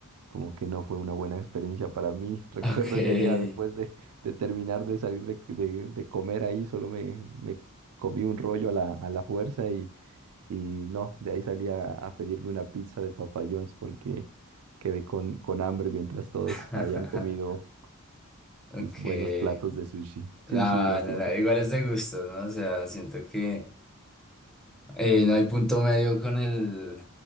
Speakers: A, on the right (about 80°); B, in the centre.
A: Como que no fue una buena experiencia para mí. <laughs> Recuerdo
B: Okay.
A: ese día después de, de terminar de salir de, de- de comer ahí, solo me, me comí un rollo a la, a la fuerza y y no, de ahí salí a, a pedirme una pizza de Papa John's porque quedé con, con hambre mientras todos
B: <laughs>
A: habían comido
B: Okay.
A: sus buenos platos de sushi. Sí,
B: No,
A: sí, lastimosamente.
B: no, no, igual es de gustos, ¿no? O sea, siento que Eh, no hay punto medio con el,